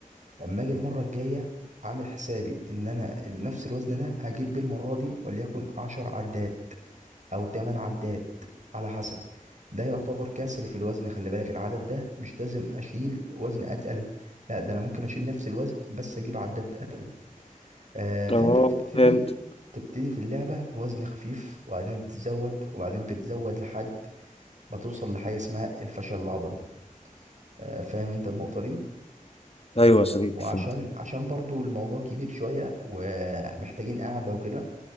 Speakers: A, on the right (about 60°); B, on the left (about 45°).
A: اما اجي المره الجايه عامل حسابي ان انا نفس الوزن ده هجيب بيه المره دي وليكن عشر عدات او 8 عداد على حسب ده يعتبر كسر في الوزن خلي بالك العدد ده مش لازم اشيل وزن اتقل لا ده انا ممكن اشيل نفس الوزن بس اجيب عداد اتقل آه فانت
B: اه
A: بتبتدي
B: فهمت
A: تبتدي في اللعبة بوزن خفيف وبعدين بتزود وبعدين بتزود لحد ما توصل لحاجة اسمها الفشل العضلي آه فاهم انت النقطة دي
B: ايوه يا صديقي
A: وعشان
B: فهمت
A: عشان برضو الموضوع كبير شوية ومحتاجين قعدة وكده